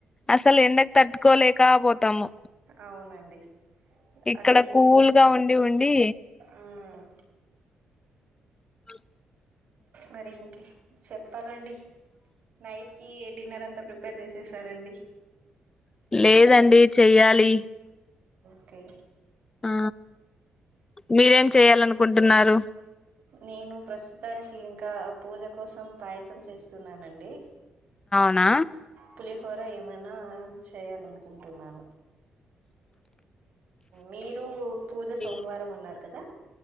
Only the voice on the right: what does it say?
అవునండి
అరే ఇన్ని
ఉమ్
మరి ఇంక చెప్పాలండి నైట్ ఈ డిన్నర్ అంతా ప్రిపేర్ చేసేసారండి
ఓకే
నేను ప్రస్తుతానికి ఇంకా పూజ కోసం పాయసం చేస్త సున్నానండి
పులిహోర ఏమైనా చేయాలనుకుంటున్నాను మీరు పూజ సోమవారం
ఉన్నారు కదా